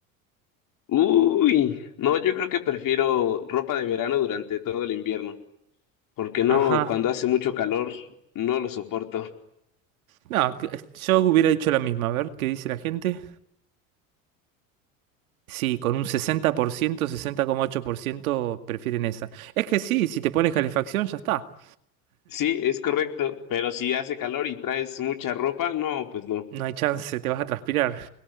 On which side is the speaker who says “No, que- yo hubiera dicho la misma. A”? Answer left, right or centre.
Right